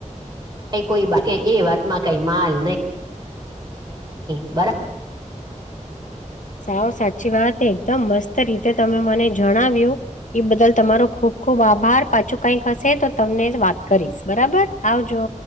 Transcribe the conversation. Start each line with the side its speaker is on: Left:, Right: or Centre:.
Right: ક કોઈ બા એ વાતમાં કઈ માલ નહી. બરાબર.
Left: સાવ સાચી વાત. એકદમ મસ્ત રીતે તમે મને જણાવ્યું. એ બદલ તમારો ખુબ ખુબ આભાર. પાછું કઈક હશે, તો તમને વાત કરીશ બરાબર. આવજો.